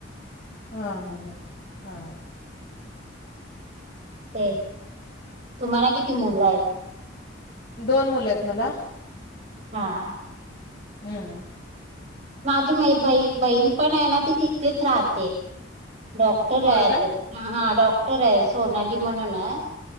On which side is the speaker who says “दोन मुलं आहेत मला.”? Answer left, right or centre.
Left